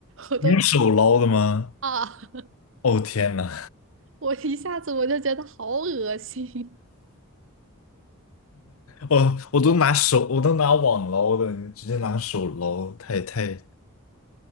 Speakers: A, on the right (about 60°); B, on the left (about 75°).
A: 我都
B: 你用手捞的吗？
A: 啊，<laughs>
B: 哦天呐，
A: 我一下子我就觉得好恶心。
B: 我我都拿手，我都拿网捞的，你直接拿手捞，太太，